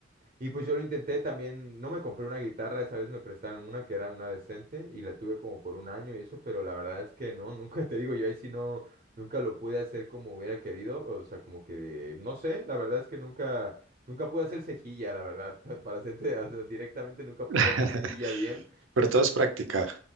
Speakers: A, on the right; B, on the right.
A: Y pues yo lo intenté también, no me compré una guitarra, esa vez me prestaron una que era una decente y la tuve como por un año y eso, pero la verdad es que no, <laughs> nunca te digo, yo ahí sí no, nunca lo pude hacer como hubiera querido, o sea, como que, de- no sé, la verdad es que nunca, nunca pude hacer cejilla, la verdad, <laughs> para hacerte, o sea, directamente nunca
B: <laughs>
A: pude hacer cejilla bien.
B: Pero todo es práctica.